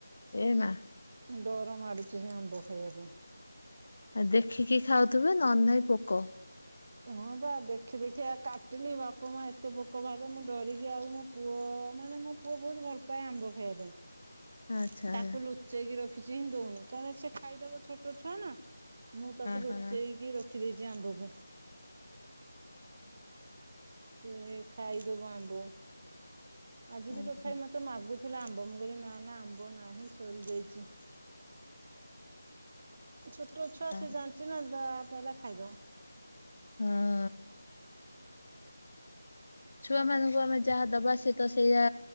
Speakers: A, on the left; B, on the right.
A: ଏ ନା
B: ଡର ମାଡୁଛି ସେ ଆମ୍ବ ଖାଇବା ପାଇଁ।
A: ଆଉ ଦେଖିକି ଖାଉଥିବେ ନ ନାଇଁ ପୋକ।
B: ହଁ ବା ଦେଖି ଦେଖି ଆ କାଟିଲି ବାପା ମା ଏତେ ପୋକ ଭା ମୁଁ ଡରିକି ଆଉ ମୋ ପୁଅ ମାନେ ମୋ ପୁଅ ବହୁତ ଭଲ ପାଏ ଆମ୍ବ ଖାଇବା ପାଇଁ
A: ଆଚ୍ଛା
B: ତାକୁ
A: ହଁ
B: ଲୁଚ ଲୋଚେଇକି ରଖିଛି ହିଁ ଦଉନି କାରଣ ସେ ଖାଇଦବ ଛୋଟ ଛୁଆ ନା ମୁଁ ତାକୁ
A: ହଁ
B: ଲୁଚେଇକି ରଖି ରଖିଦେଇଛି ଆମ୍ଭକୁ।
A: <inaudible>
B: ସେ ଖାଇଦବ ଆମ୍ବ ଆଜି
A: ଓହୋ
B: ବି ତଥାପି ମ ମାଗୁଥିଲା ଆମ୍ବ ମୁଁ କହିଲି ନା ନା ଆମ୍ବ ନାହିଁ ସରିଯାଇଛି। ଛୋଟ ଛୁଆ
A: ହଁ।
B: ସେ ଜାଣିଛି ନା ଯାହା ପାଇଲା ଖାଇଦେବ।
A: ହଁ। ଛୁଆ ମାନଙ୍କୁ ଆମେ ଯାହା ଦବା ସଏ ତ ସେଇଆ